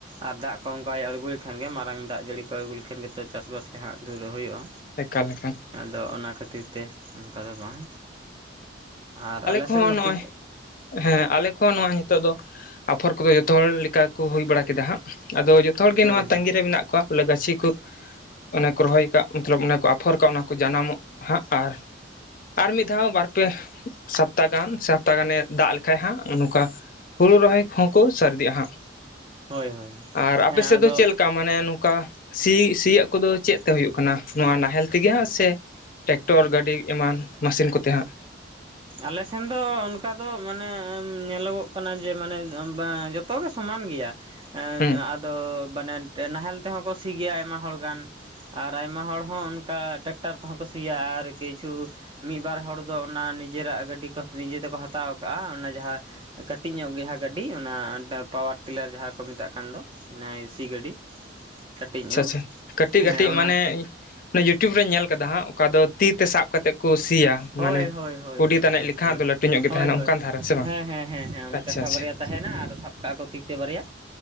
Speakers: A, on the right; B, on the left.
A: ᱟᱨ ᱫᱟᱜ ᱠᱚ ᱚᱱᱠᱟᱭ ᱟᱬᱜᱚ ᱞᱮᱠᱷᱟᱱ ᱜᱮ ᱢᱟᱨᱟᱝ ᱫᱟᱜ ᱡᱟᱹᱲᱤ ᱠᱚ ᱟᱹᱬᱜᱩ ᱞᱮᱠᱷᱟᱱ ᱜᱮᱛᱚ ᱪᱟᱥᱵᱟᱥ ᱨᱮ ᱦᱟᱸᱜ ᱫᱷᱩᱨᱟᱹᱜ ᱦᱩᱭᱩᱜᱼᱟ᱾
B: ᱮᱠᱟᱞ ᱮᱠᱟᱞ
A: ᱟᱫᱚ ᱚᱱᱟ ᱠᱷᱟᱹᱛᱤᱨ ᱛᱮ ᱚᱱᱠᱟ ᱫᱚ ᱵᱟᱝ ᱟᱨ ᱟᱞᱮ
B: ᱠᱚᱦᱚᱸ
A: ᱥᱮᱫ ᱱᱚᱛᱮᱼᱼ
B: ᱱᱚᱜᱼᱚᱭ ᱦᱮᱸ ᱟᱞᱮ ᱠᱚᱸ ᱱᱚᱣᱟ ᱱᱤᱛᱚᱜ ᱫᱚ ᱟᱯᱷᱚᱨ ᱠᱚᱫᱚ ᱡᱚᱛᱚ ᱦᱚᱲ ᱞᱮᱠᱟ ᱠᱚ ᱦᱩᱭ ᱵᱟᱲᱟ ᱠᱮᱫᱟ ᱦᱟᱸᱜ᱾ ᱟᱫᱚ ᱡᱚᱛᱚ ᱦᱚᱲ ᱜᱮ
A: ᱦᱳᱭ
B: ᱱᱚᱣᱟ
A: ᱦᱳᱭ
B: ᱛᱟᱹᱜᱤ ᱨᱮ ᱢᱮᱱᱟᱜᱼᱼ <unintelligible> ᱵᱚᱞᱮ ᱜᱟᱹᱪᱷᱤ ᱠᱚ ᱚᱱᱮ ᱠᱚ ᱨᱚᱦᱚᱭ ᱟᱠᱟᱟᱜ ᱢᱚᱛᱞᱚᱵ ᱚᱱᱮ ᱠᱚ ᱟᱯᱷᱚᱨ ᱠᱟᱜ ᱚᱱᱟ ᱠᱚ ᱡᱟᱱᱟᱢᱚᱜ ᱦᱟᱸᱜ ᱟᱨ᱾ ᱟᱨ ᱢᱤᱫ ᱫᱷᱟᱣ ᱵᱟᱨ ᱯᱮ ᱥᱚᱯᱛᱟ ᱜᱟᱱ ᱥᱮ ᱥᱚᱯᱛᱟ ᱜᱟᱱᱮ ᱫᱟᱜ ᱞᱮᱠᱷᱟᱱ ᱦᱟᱸᱜ ᱱᱚᱝᱠᱟ᱾ ᱦᱩᱲᱩ ᱨᱚᱦᱚᱭ ᱠᱚ ᱦᱚᱸ ᱠᱚ ᱥᱟᱨᱫᱤᱜᱼᱟ ᱦᱟᱸᱜ
A: ᱦᱳᱭ ᱦᱳᱭ
B: ᱟᱨ ᱟᱯᱮ
A: ᱦᱮᱸ
B: ᱥᱮᱫ
A: ᱟᱫᱚ
B: ᱫᱚ ᱪᱮᱫ ᱞᱮᱠᱟ? ᱢᱟᱱᱮ ᱱᱚᱝᱠᱟ ᱥᱤ ᱥᱤᱭᱳᱜ ᱠᱚᱫᱚ ᱪᱮᱫ ᱛᱮ ᱠᱟᱱᱟ ᱱᱚᱣᱟ ᱱᱟᱦᱮᱞ ᱛᱮᱜᱮ ᱦᱟᱸᱜ ᱥᱮᱼᱼ ᱴᱮᱠᱴᱚᱨ ᱜᱟᱹᱰᱤ ᱮᱢᱟᱱ ᱢᱟᱹᱥᱤᱱ ᱠᱚᱛᱮ ᱦᱟᱸᱜ?
A: ᱟᱞᱮ ᱥᱮᱱ ᱫᱚ ᱚᱱᱠᱟ ᱫᱚ ᱢᱟᱱᱮ ᱧᱮᱞᱚᱜᱚᱜ ᱠᱟᱱᱟ ᱡᱮ ᱢᱟᱱᱮ ᱵᱟᱝ ᱡᱚᱛᱚᱜᱮ ᱥᱚᱢᱟᱱ ᱜᱮᱭᱟ᱾ ᱮᱸᱻ
B: ᱦᱩᱸ
A: ᱟᱫᱚ <unintelligible> ᱱᱟᱦᱮᱞ ᱛᱮᱦᱚᱸ ᱠᱚ ᱥᱤ ᱜᱮᱭᱟ ᱟᱭᱢᱟ ᱦᱚᱲ ᱜᱟᱱ᱾ ᱟᱨ ᱟᱭᱢᱟ ᱦᱚᱲ ᱦᱚᱸ ᱚᱱᱠᱟ ᱴᱮᱠᱴᱟᱨ ᱛᱮᱦᱚᱸ ᱠᱚ ᱥᱤᱭᱟ ᱟᱨ ᱠᱤᱪᱷᱩᱼᱼ ᱢᱤᱫ ᱵᱟᱨ ᱦᱚᱲ ᱫᱚ ᱚᱱᱟ ᱱᱤᱡᱮᱨᱟᱜ ᱜᱟᱹᱰᱤ ᱠᱚ ᱱᱤᱡᱮ ᱛᱮᱠᱚ ᱦᱟᱛᱟᱣ ᱠᱟᱜᱼᱟ ᱚᱱᱟ ᱡᱟᱦᱟᱸᱼᱼ ᱠᱟᱹᱴᱤᱡ ᱧᱚᱜ ᱜᱮ ᱦᱟᱸᱜ ᱜᱟᱹᱰᱤ ᱚᱱᱟ ᱯᱟᱣᱟᱨ ᱴᱤᱞᱟᱨ ᱡᱟᱦᱟᱸ ᱠᱚ ᱢᱮᱛᱟᱜ ᱠᱟᱱ ᱫᱚ᱾ ᱚᱱᱮ ᱮᱥᱤ ᱜᱟᱹᱰᱤ᱾ ᱠᱟᱹᱴᱤᱡ
B: ᱟᱪᱪᱷᱟ
A: ᱧᱚᱜ
B: ᱟᱪᱪᱷᱟ ᱠᱟᱹᱴᱤᱡ
A: ᱦᱮᱸ
B: ᱠᱟᱹᱴᱤᱡ
A: ᱚᱱᱟ
B: ᱢᱟᱱᱮᱼᱼ ᱚᱱᱟ ᱭᱩᱴᱩᱵᱽ ᱨᱮᱧ ᱧᱮᱞ ᱠᱟᱫᱟ ᱦᱟᱸᱜ ᱚᱠᱟ ᱫᱚ ᱛᱤ ᱛᱮ ᱥᱟᱵ ᱠᱟᱛᱮᱫ ᱠᱚ ᱥᱤᱭᱟ᱾ ᱢᱟᱱᱮ
A: ᱦᱳᱭ ᱦᱳᱭ ᱦᱳᱭ
B: ᱠᱩᱰᱤ
A: ᱦᱳᱭ
B: ᱛᱟᱱᱤᱡ
A: ᱦᱳᱭ
B: ᱞᱮᱠᱷᱟᱱ ᱟᱫᱚ ᱞᱟᱹᱴᱩ ᱧᱚᱜ ᱜᱮ
A: ᱦᱳᱭ
B: ᱛᱟᱦᱮᱱᱟ ᱚᱱᱠᱟᱱ
A: ᱦᱳᱭ
B: ᱫᱷᱟᱨᱟ ᱥᱮ ᱵᱟᱝ
A: ᱦᱮᱸ ᱦᱮᱸ ᱦᱮᱸ ᱦᱮᱸ ᱦᱮᱸ ᱚᱱᱟ
B: ᱟᱪᱪᱷᱟ
A: ᱪᱟᱠᱷᱟ
B: ᱟᱪᱪᱷᱟ
A: ᱵᱟᱨᱭᱟ ᱛᱟᱦᱮᱱᱟ ᱟᱨ ᱥᱟᱵᱼᱼ ᱠᱟᱜ ᱠᱚ ᱛᱤᱛᱮ ᱵᱟᱨᱭᱟ